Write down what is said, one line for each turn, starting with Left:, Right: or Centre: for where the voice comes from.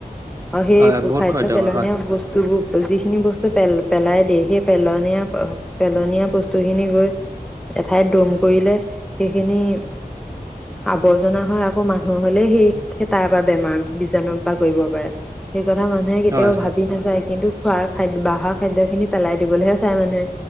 Centre: আৰু সেই
Right: হয় বহুত
Centre: খাদ্য
Right: খৰিদ্দাৰ
Centre: পেলনীয়া
Right: কৰে হয়
Centre: বস্তুবোৰ যিখিনি বস্তু পেল পেলাই দিয়ে। সেই পেলনীয়া পেলনীয়া বস্তু খিনি গৈ এঠাইত দম কৰিলে সেইখিনি আৱৰ্জনা হয়। আকৌ মানুহৰ হলে সেইে তাৰ পৰা বেমাৰ। বীজাণু বা কৰিব পাৰে। সেই কথা মানুহে কেতিয়াও
Right: হয়
Centre: ভাবি নাচাই কিন্তু খোৱা খাদ বাহৰ খাদ্য খিনি পেলাই দিবলৈহে চাই মানুহে,